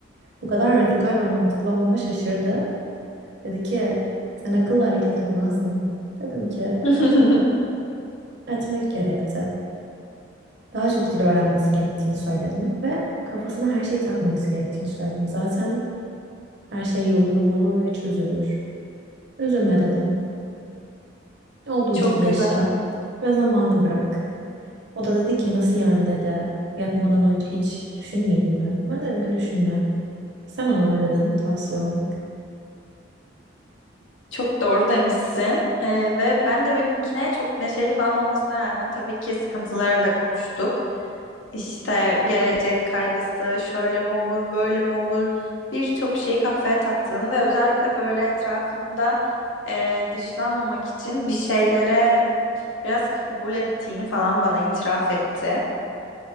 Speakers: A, on the right; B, on the left.
A: Bu kadar radikal ve mantıklı olmama şaşırdı. Dedi ki sen akıllı hareket etmezdin. Dedim ki
B: <laughs>
A: etmek gerekti. Daha çok dil öğrenmesi gerektiğini söyledim. Ve kafasına her şeyi takmaması gerektiğini söyledim. Zaten her şey yolunu bulur ve çözülür. Üzülme dedim. Olduğu
B: Çok
A: gibi yaşa
B: güzel.
A: ve zamanı bırak. O da dedi ki nasıl yani dedi. Yatmadan önce hiç düşünmeyeyim mi? Ben dedim ki düşünme. Sen ona ne dedin tavsiye olarak?
B: Çok doğru demişsin. Ee, ve ben de benimkine çok neşeli falan olmasına rağmen tabii ki sıkıntıları da konuştuk. İşte gelecek kaygısı, şöyle mi olur, böyle mi olur, birçok şeyi kafaya taktığını ve özellikle böyle etrafında e, dışlanmamak için bir şeylere biraz kabul ettiğini falan bana itiraf etti.